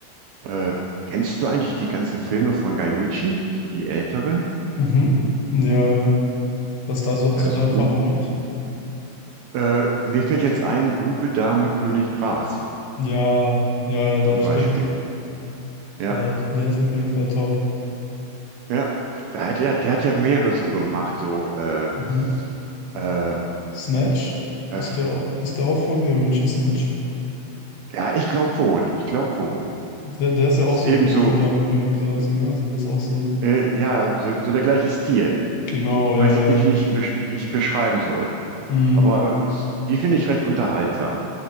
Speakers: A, on the right; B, on the left.
A: Äh, kennst du eigentlich die ganzen Filme von Guy Ritchie, so die älteren?
B: Mhm. Ja, ja. Was da so, hast
A: Also
B: du da einen
A: Bu
B: Favorit?
A: äh, mir fällt jetzt ein, Bube, Dame, König, Gras
B: Ja, ja, ja, doch,
A: zum
B: stimmt.
A: Beispiel. Ja,
B: Ja, der ist auf jeden Fall top.
A: ja. Da hat er, der hat ja mehrere so gemacht, so äh,
B: Mhm.
A: äh,
B: Snatch,
A: äh,
B: ist der, au- ist der auch von Guy Ritchie Snatch?
A: ja, ich glaube wohl, ich glaube wohl.
B: Der, der ist ja
A: Ist
B: auch so
A: eben
B: wie Bube,
A: so,
B: Dame, König, Gras, ne? Also der ist auch so.
A: äh, ja, so, so der gleiche Stil.
B: Genau,
A: Ich
B: ja,
A: weiß jetzt
B: ja.
A: nicht, wie ich ihn, besch wie ich ihn beschreiben soll,
B: Mhm.
A: aber äh, es, die finde ich recht unterhaltsam.